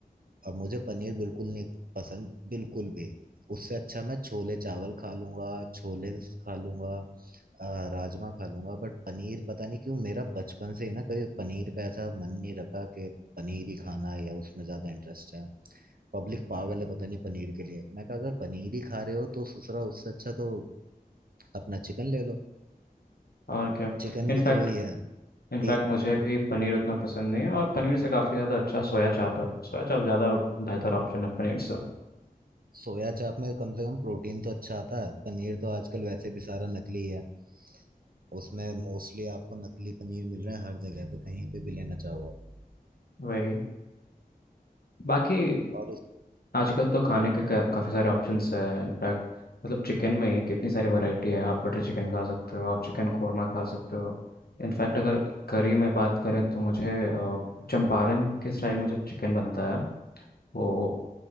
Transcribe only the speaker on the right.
अब मुझे पनीर बिल्कुल नहीं पसंद बिल्कुल भी उससे अच्छा मैं छोले चावल खा लूंगा छोले खा लूंगा अ, राजमा खा लूंगा बट पनीर पता नहीं क्यों मेरा बचपन से ही ना कभी पनीर पे ऐसा मन नहीं रखा कि पनीर ही खाना है या उसमें ज्यादा इंटरेस्ट है पब्लिक पागल है पता नहीं पनीर के लिए मैं कहा अगर पनीर ही खा रहे हो तो ससुरा उससे अच्छा तो अपना चिकन ले लो
चिकन
भी तो वही है
ए,
सोया चाप में कम से कम प्रोटीन तो अच्छा आता है पनीर तो आजकल वैसे भी सारा नकली है उसमें मोस्टली आपको नकली पनीर मिल रहा है हर जगह पे कहीं पे भी लेना चाहो आप
और उस